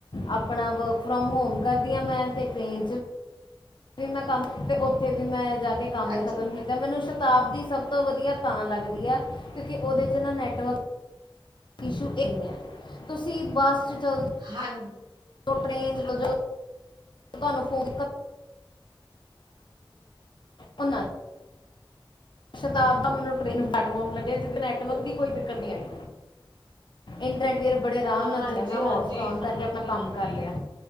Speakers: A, on the left; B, on the right.
A: ਆਪਣਾ ਵ ਫਰੋਮ ਹੋਮ ਕਰਦੀ ਹਾਂ ਮੈਂ ਅਤੇ ਟ੍ਰੇਨ 'ਚ ਮੈਂ ਕੰਮ ਉੱਥੇ ਵੀ ਮੈਂ ਜਾ ਕੰਮ ਨੀ
B: ਅੱਛਾ
A: ਖਤਮ ਕੀਤਾ ਮੈਨੂੰ ਸ਼ਤਾਬਦੀ ਸਭ ਤੋਂ ਵਧੀਆ ਤਾਂ ਲੱਗਦੀ ਆ ਕਿਉਂਕਿ ਉਹਦੇ ਚ ਨਾ ਨੈਟਵਰਕ ਇਸ਼ੂ ਇਹੀ ਹੈ ਤੁ ਤੁਸੀ ਬੱਸ ਚ ਚ
B: ਹਾਂ
A: ਟਰੇਨ ਚ ਤੁਹਾਨੂੰ ਫੋੜ ਉਹ ਸ਼ਤਾਬ ਦਾ ਮੈਨੂੰ ਟਰੇਨ ਹੈਡਫੋਨ ਲੱਗਿਆ ਜਿਦੇ ਨੈਟਵਰਕ ਦੀ ਕੋਈ ਦਿੱਕਤ ਨੀ ਆਈ। ਇੰਟਰਨੈਟ ਮੇਰੇ ਬੜੇ ਆਰਾਮ
B: ਹਾਂਜੀ
A: ਨਾਲ ਚੱਲਿਆ ਮੈਂ
B: ਹਾਂਜੀ
A: ਹੋਟਸਪੋਟ ਨ ਕਰਕੇ ਆਪਣਾ ਕੰਮ ਕਰ ਲਿਆ